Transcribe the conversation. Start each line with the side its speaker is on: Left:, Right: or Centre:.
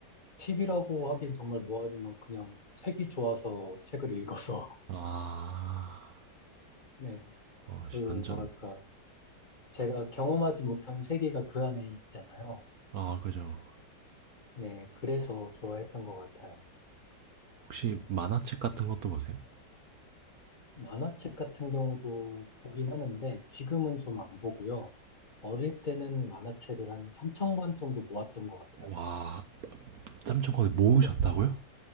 Left: 팁이라고 하기엔 정말 뭐하지만 그냥 책이 좋아서 책을 읽어서,
Right: 아.
Left: <laughs> 네.
Right: 어
Left: 그,
Right: 씨
Left: 뭐랄까.
Right: 완전
Left: 제가 경험하지 못한 세계가 그 안에 있잖아요.
Right: 아 그죠.
Left: 네, 그래서 좋아했던 것 같아요.
Right: 혹시 만화책 같은 것도 보세요?
Left: 만화책 같은 경우도 보긴 하는데 지금은 좀 안 보고요. 어릴 때는 만화책을 한 3천 권 정도 모았던 것 같아요.
Right: 와3천 권을 모으셨다고요?
Left: 3, 4,